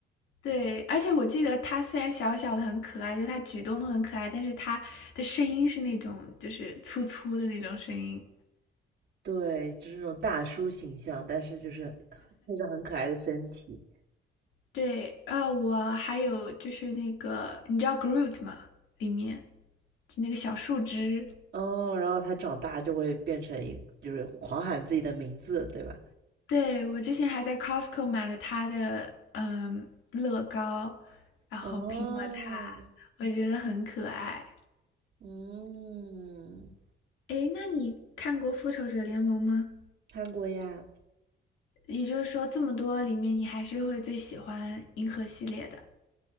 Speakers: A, on the left; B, on the right.
A: 对，而且我记得他虽然小小的很可爱，就他举动都很可爱，但是他的声音是那种就是粗粗的那种声音，
B: 对，就是那种大叔形象，但是就是配种很可爱的身体。
A: 对啊，我还有就是那个，你知道 Groot 吗？里面就那个小树枝，
B: 哦，然后他长大就会变成一，就是狂喊自己的名字，对吧？
A: 对我之前还在 Costco 买了它的嗯乐高，然后拼了它，
B: 哦，
A: 我觉得很可爱。
B: 嗯，
A: 诶，那你看过《复仇者联盟》吗？
B: 看过呀。
A: 也就是说，这么多里面，你还是会最喜欢银河系列的。